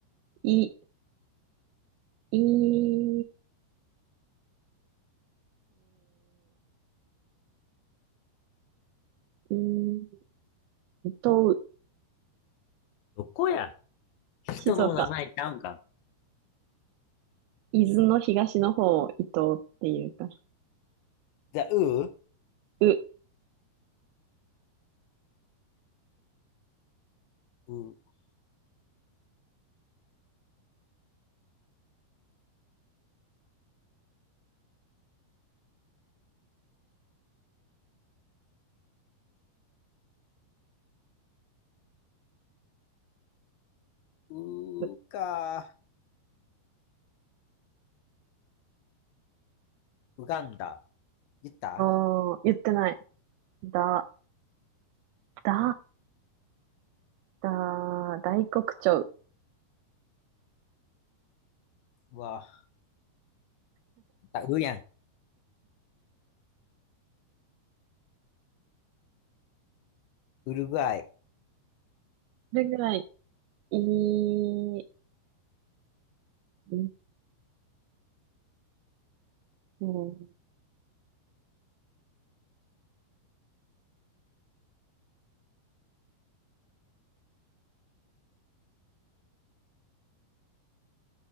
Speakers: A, on the right; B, on the left.
A: い、い、えー、い、伊東、
B: どこや人の名前ちゃうんか。
A: 静岡、伊豆の東の方を伊東っていうから。
B: じゃあ、ウー
A: う、
B: ウー、ウーか、
A: う
B: ウガンダ。言った
A: おー、言ってない。だ、だ、だ、大黒鳥。
B: うわ、言ったウーやん。ウルグアイ。
A: それぐらい、いい、んえー